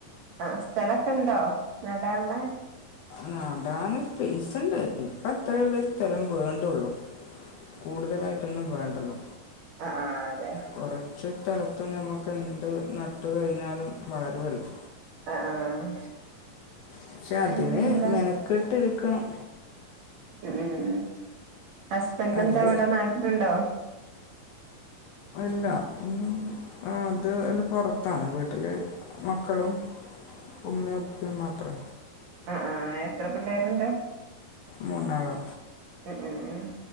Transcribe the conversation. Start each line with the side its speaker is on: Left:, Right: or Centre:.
Right: ആഹ് സ്ഥലൊക്കെ ഇണ്ടോ നടാൻ ഇള്ളെ
Left: നടാന് സ്പേസ്ണ്ട്. പ്പ അത്രെയൊള്ളു സ്ഥലം വേൺ ണ്ടൊള്ളൂ കൂടുതലായിട്ടൊന്നും വേണ്ടല്ലോ.
Right: അഹ് ആഹ് അതെ
Left: കൊറച്ച് സ്ഥലത്ത് നമുക്ക് എന്ത് നട്ട് കഴിഞ്ഞാലും വളരുവല്ലോ.
Right: അഹ് ആഹ്
Left: പക്ഷെ അതിന്
Right: പിന്നെന്താ
Left: മെനക്കെട്ട് ഇരിക് ക്കണം.
Right: ഉ ഉം ഹസ്ബൻഡ്
Left: അത്
Right: എന്താ വടെ നാട്ടില് ണ്ടോ?
Left: ഇല്ല ഒന്നും ആഹ് അത് അല്ല പൊറത്താണ് വീട്ട്ല് മക്കളും ഉമ്മയും ഉപ്പയും മാത്രാ.
Right: അഹ് ആഹ് എത്ര പിള്ളേര്ണ്ട്?
Left: മൂന്നാള്.
Right: മ് മ് മ്